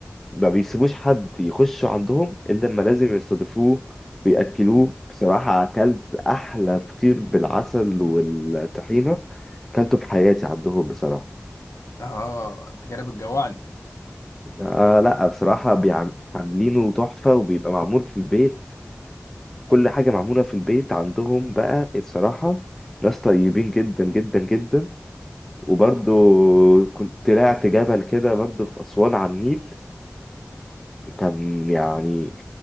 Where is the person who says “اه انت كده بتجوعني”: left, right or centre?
Left